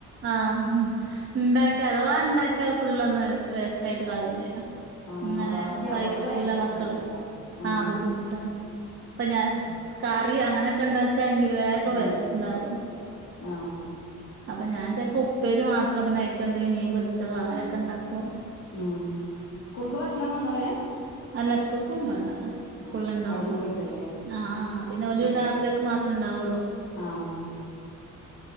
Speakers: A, on the right (about 40°); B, on the left (about 60°).
A: ആഹ് ണ്ടാക്കിയ അഥവാ ഉണ്ടാക്കിയ ഫുള്ളൊന്ന് വേസ്റ്റായിട്ട് കളയേംചെയ്യും
B: ആ
A: അങ്ങനെ
B: ബാക്കിയാവും
A: കയിക്കൂല
B: അത് ഭയങ്കര
A: മക്കള്
B: ബുദ്ധിമുട്ടാ ആ
A: ആഹ് ബുദ്ധിമുട്ടാണ് പ്പ ഞാൻ കറി അങ്ങനൊക്കെണ്ടാക്കാണെങ്കില് വേഗം
B: ആ
A: വെസ് ണ്ടാവും
B: ആഹ്
A: അപ്പ ഞാൻ ചെൽപ്പോ ഉപ്പേരി മാത്രം പിന്നെ അയ്ക്കെന്തെയും മീൻ പൊര്ച്ചതോ അങ്ങനൊക്കെണ്ടാക്കും
B: ആഹ്. സ്കൂൾക്ക് ഭക്ഷണം കൊണ്ടോവൂല
A: അല്ല സ്കൂൾക്ക് കൊണ്ടോണ്ട സ്കൂൾല്
B: ആഹ്
A: ണ്ടാവും
B: അവിടുന്ന് കിട്ടൂലേ
A: ആഹ് ആഹ് പിന്നോല്
B: ആഹ്
A: രാത്രിയക്ക് മാത്രേ ണ്ടാവൊള്ളൂ
B: ആഹ്